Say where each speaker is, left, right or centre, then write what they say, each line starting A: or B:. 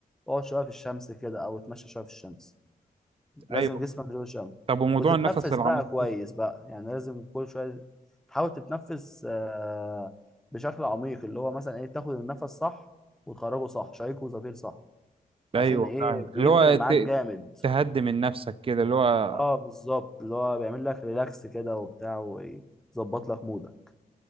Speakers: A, in the centre; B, on the right (about 35°).
A: اقعد شويه في الشمس كده او اتمشى شويه في الشمس لازم
B: ايوه
A: جسمك يشوف الشمس
B: طب وموضوع
A: وتتنفس
B: النفس العميق
A: بقى كويس
B: ده
A: بقى يعني لازم كل شويه تحاول تتنفس آه، بشكل عميق اللي هو مثلا ايه تاخد النفس صح وتخرجه صح شهيق وزفير صح عشان
B: ايوه
A: ايه
B: فاهم
A: بيفرق
B: اللي هو
A: معاك
B: ت-
A: جامد
B: تهدي من نفسك كده اللي هو
A: اه بالظبط اللي هو بيعمل لك ريلاكس كده وبتاع ويظبط لك مودك